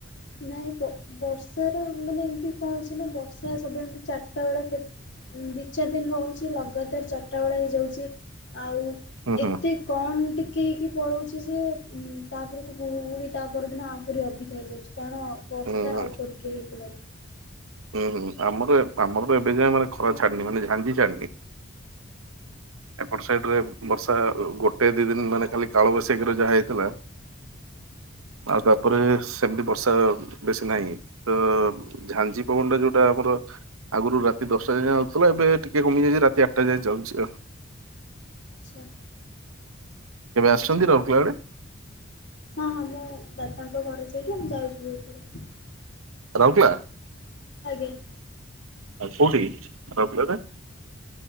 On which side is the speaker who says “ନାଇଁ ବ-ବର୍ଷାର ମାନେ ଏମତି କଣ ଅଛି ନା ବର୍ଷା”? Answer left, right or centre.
Left